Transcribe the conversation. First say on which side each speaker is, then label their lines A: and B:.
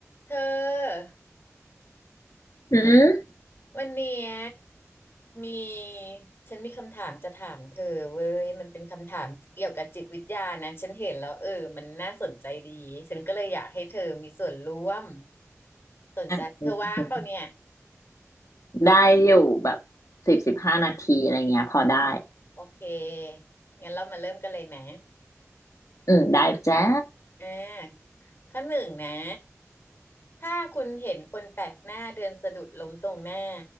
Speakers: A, on the left (about 45°); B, on the left (about 85°).
A: เธอ
B: อืม
A: วันเนี้ยมีฉันมีคำถามจะถามเธอเว้ยมันเป็นคำถามเกี่ยวกับจิตวิทยานะฉันเห็นแล้วเออมันน่าสนใจดีฉันก็เลยอยากให้เธอมีส่วนร่วมสนใจเธอว่างเปล่าเนี่ย
B: อ่ะอืมอืมได้อยู่แบบสิบสิบห้านาทีอะไรเงี้ยพอได้
A: โอเคงั้นเรามาเริ่มกันเลยไหม
B: อืมได้จ้า
A: อ่าข้อหนึ่งนะ ถ้าคุณเห็นคนแปลกหน้าเดินสะดุดล้มตรงหน้า